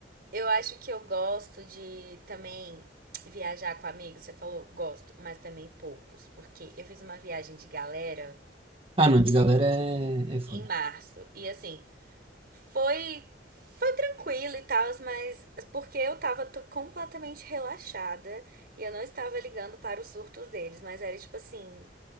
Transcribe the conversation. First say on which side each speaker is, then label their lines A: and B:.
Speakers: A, on the right; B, on the right.
A: eu acho que eu gosto de também viajar com amigos. Você falou gosto, mas também poucos, porque eu fiz uma viagem de galera
B: Ah, não, de galera é, é foda.
A: em março. E assim, Foi foi tranquilo e tal, mas porque eu tava completamente relaxada e eu não estava ligando para os surtos deles, mas era tipo assim,